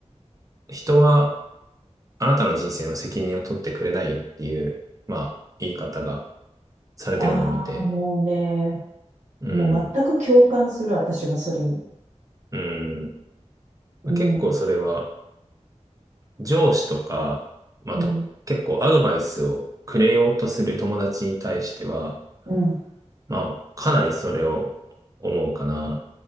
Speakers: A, on the right (about 30°); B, on the right (about 75°).
A: 人はあなたの人生の責任を取ってくれないよっていう、まあ、言い方がされてるのを見て、
B: ああ、もうね、
A: うん、
B: もう全く共感する、私はそれに。
A: うん、まあ結構それは
B: うん。
A: 上司とか、まああと、
B: うん。
A: 結構アドバイスをくれようとする友達に対しては、
B: うん。
A: まあ、かなりそれを思うかな。